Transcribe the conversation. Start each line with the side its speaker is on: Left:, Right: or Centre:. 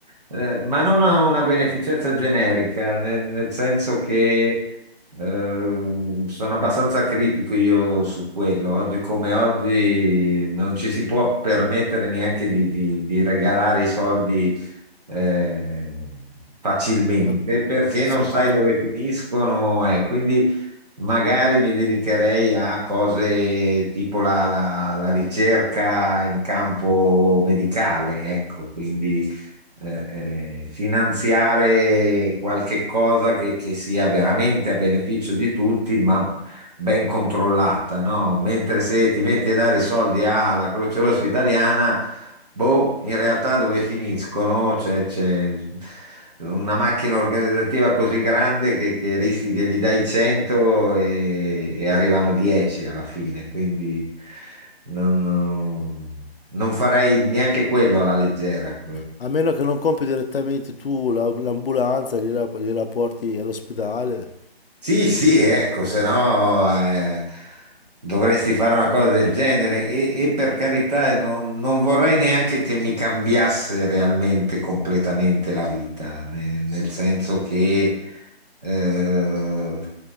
Right: eh, ma non a una beneficenza generica, nel, nel senso che ehm, sono abbastanza critico io su quello. Oggi come oggi non ci si può permettere neanche di, di- di regalare i soldi eh, facilmente
Left: Al-
Right: perché
Left: Se
Right: non sai
Left: no, no.
Right: dove
Left: no.
Right: finiscono, eh, quindi Magari mi dedicherei a cose tipo la, la- la ricerca in campo medicale, ecco, quindi eh, eh, finanziare qualche cosa che, che sia veramente a beneficio di tutti, ma ben controllata, no? Mentre se ti metti a dare i soldi alla Croce Rossa Italiana Boh, in realtà dove finiscono? C'è c'è una macchina organizzativa così grande che, che rischi che gli dai 100 e, e arrivano 10 alla fine, quindi non, non farei neanche quello alla leggera.
Left: A meno che non compri direttamente tu la- l'ambulanza, gliela, gliela porti all'ospedale.
Right: Sì, sì, ecco, se no eh, dovresti fare una cosa del genere e, e per carità non, non vorrei neanche che mi cambiasse realmente completamente la vita, ne- nel senso che... eh,